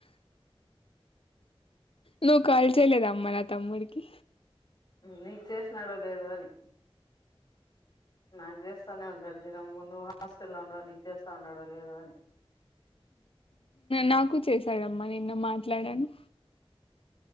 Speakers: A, on the left; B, on the left.
A: నువ్వు కాల్చయలేదు అమ్మ నా తమ్ముడికి
B: నీకు చేసినాడో లేదు అని నాకు చేస్తానే ఉంటాడు దీినమ్ నువ్వు హాస్టల్లో ఉంవు నీవు చేస్తా ఉండో లేదో అని
A: నాకు చేశాడమ్మా నిేన్న మాట్లాడాను